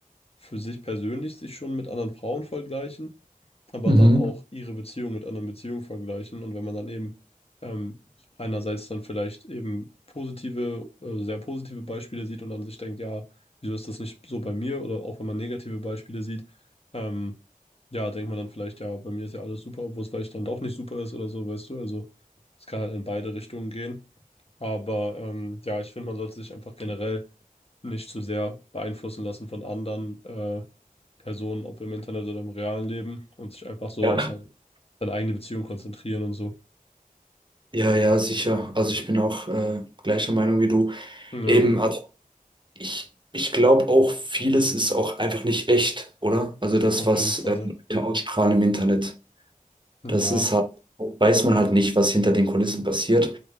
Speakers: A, on the left (about 40°); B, on the right (about 30°).
A: für sich persönlich sich schon mit anderen Frauen vergleichen aber
B: Mhm.
A: dann auch ihre Beziehung mit anderen Beziehungen vergleichen. Und wenn man dann eben ähm, einerseits dann vielleicht eben positive, äh, sehr positive Beispiele sieht und dann sich denkt, ja, wieso ist das nicht so bei mir? Oder auch wenn man negative Beispiele sieht, ähm, ja, denkt man dann vielleicht, ja, bei mir ist ja alles super, obwohl es vielleicht dann doch nicht super ist oder so, weißt du? Also es kann halt in beide Richtungen gehen. Aber ähm, ja, ich finde, man sollte sich einfach generell nicht zu sehr beeinflussen lassen von anderen. Äh, Personen, ob im Internet oder im realen Leben, und sich einfach so
B: Ja.
A: auf sein, seine eigene Beziehung konzentrieren und so.
B: Ja, ja, sicher. Also ich bin auch äh, gleicher Meinung wie du.
A: Ja,
B: Eben, also ich, ich glaube auch, vieles ist auch einfach nicht echt, oder? Also das,
A: auf
B: was
A: jeden Fall.
B: äh, Leute ausstrahlen im Internet,
A: Ja,
B: das ist halt, weiß man halt nicht, was hinter den Kulissen passiert.